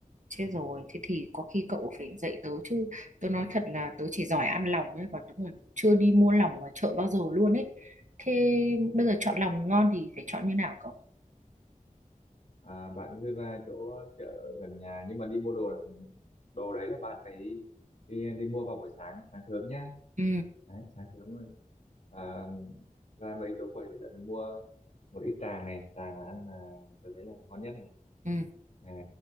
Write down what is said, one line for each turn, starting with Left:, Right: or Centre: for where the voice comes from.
Right: Chết rồi, thế thì có khi cậu phải dạy tớ chứ. Tớ nói thật là tớ chỉ giỏi ăn lòng thôi, còn tớ còn chưa đi mua lòng ở chợ bao giờ luôn ấy. Thế bây giờ chọn lòng ngon thì phải chọn như nào cậu?
Left: À, bạn cứ ra chỗ chợ gần nhà nhưng mà đi mua đồ là đồ đấy là bạn phải đi đi, đi mua vào buổi sáng sáng sớm nhá
Right: Ừ,
Left: đấy sáng sớm rồi à, ra mấy chỗ quầy thì lại mua một ít tràng này tràng là ăn là tôi thấy là ngon nhất này
Right: ừ,
Left: à,